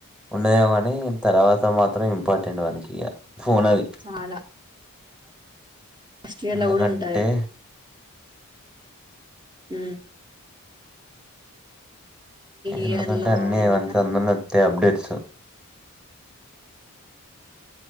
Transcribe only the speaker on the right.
చాలా ఫస్ట్ ఇయర్
లో కూడా ఉంటాది హ ఇయర్
లో
అయినా